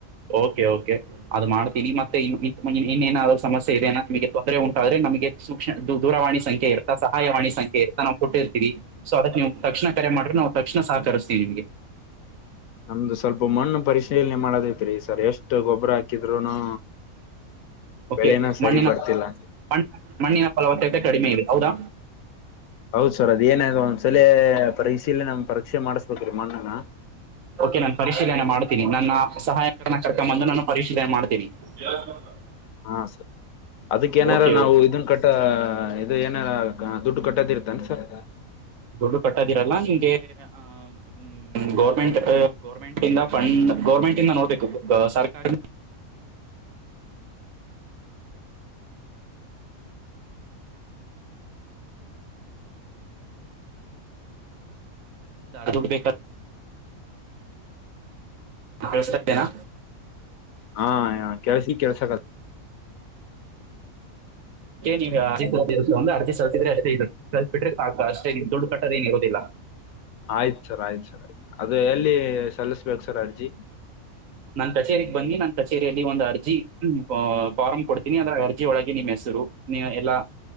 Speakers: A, on the right (about 70°); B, on the left (about 75°).
A: ಓಕೆ ಓಕೆ ಅದ ಮಾಡ್ತೀನಿ ಮತ್ತೆ ಇನ್ ಇನ್ನೇನಾದ್ರು ಸಮಸ್ಯೆ ಇದೆನ ನಿಮಗೆ ತೊಂದರೆ ಉಂಟಾದ್ರೆ ನಮಗೆ ಸೂಕ್ಷ್ಮ ದೂರವಾಣಿ ಸಂಖ್ಯೆ ಇರ್ತಾ ಸಹಾಯವಾಣಿ ಸಂಖ್ಯೆ ನಾವ ಕೊಟ್ಟಿರ್ತೀವಿ ಸೊ ಅದಕ ನೀವ ತಕ್ಷಣ ಕರೆ ಮಾಡ್ರೆ ನಾವು ತಕ್ಷಣ ಸಹಕರಿಸ್ತೀವಿ ನಿಮಗೆ
B: ನಮ್ದ ಸ್ವಲ್ಪ ಮಣ್ಣ ಪರಿಶೀಲನೆ ಮಾಡದತ್ರಿ ಸರ್ ಎಷ್ಟ ಗೊಬ್ಬರ ಹಾಕಿದ್ರುನು
A: ಓಕೆ
B: ಬೆಳೆನ ಸರಿ
A: ಮಣ್ಣಿನ
B: ಬರ್ತಿಲ್ಲ.
A: ಮಣ್ಣಿನ ಮಣ್ಣಿನ ಫಲವತ್ತತೆ ಕಡಿಮೆ ಇದೆ ಹೌದಾ.
B: ಹೌದ ಸರ್ ಅದ ಏನ ಒಂದ್ಸಲೇ ಪರೀಶೀಲನೆ ಪರಕ್ಷೆ ಮಾಡಿಸಬೇಕ್ರೀ ಮಣ್ಣನ
A: ಓಕೆ ನಾನ ಪರಿಶೀಲನೆ ಮಾಡ್ತೀನಿ ನನ್ನ ಸಹಾಯಕರನ ಕರ್ಕೊಂಡ ಬಂದ ನಾನ ಪರಿಸಿಲನೆ ಮಾಡ್ತೀನಿ. <unintelligible>
B: ಹಾ ಸರ್ ಅದಕ್ಕ ಏನಾರ
A: ಓಕೆ
B: ನಾವ
A: ಓಕೆ
B: ಇದನ್ ಕಟ್ಟ ಟ್ಟ ಇದ ಏನ ದುಡ್ಡ ಕಟ್ಟೋದ ಇರ್ತನ ಸರ್
A: ದುಡ್ಡ ಕಟ್ಟದಿರಲ್ಲ ನಿಮ್ಗೆ ಆ ಹ್ಮ ಗೌರ್ಮೆಂಟ್ ಗೌರ್ಮೆಂಟ್ಂದ ಫಂಡ್ ಗೌರ್ಮೆಂಟ್ ಇಂದ ನೋಡಬೇಕು ಸರ್ಕಾರ ಅದ ಅರ್ದುಡ್ ಬೇಕ ಕೇಳಿಸ್ತಾ ಇದೆನಾ
B: ಹಾ ಕೆಳ್ಸಿ ಈ ಕೆಳ್ಸಕ
A: ನೀವ ಅರ ಸಲ್ ಒಂದ ಅಜಿ ಸಲ್ಸಿದ್ರೆ ಇಷ್ಟೇ ಇ ಸಲ್ ಬಿಟ್ರೆ ಸಾಕು ಅಷ್ಟೇ ದುಡ್ಡ ಕಟ್ಟದೇನ ಇರೋದಿಲ್ಲ.
B: ಆಯ್ತ ಸರ್ ಆಯ್ತ ಸರ್ ಅದ ಎಲ್ಲಿ ಸಲ್ಲಿಸ್ಬೇಕ ಸರ್ ಅರ್ಜಿ.
A: ನನ್ ಕಚೇರಿಗ್ ಬನ್ನಿ ನನ್ ಕಚೇರಿಯಲ್ಲಿ ಒಂದ ಅರ್ಜಿ ಅ ಫಾರ್ಮ್ ಕೊಡ್ತೀನಿ ಅಂದ್ರೆ ಅರ್ಜಿ ಒಳಗೆ ನಿಮ್ಮ ಹೆಸರು ನೀ ಎಲ್ಲಾ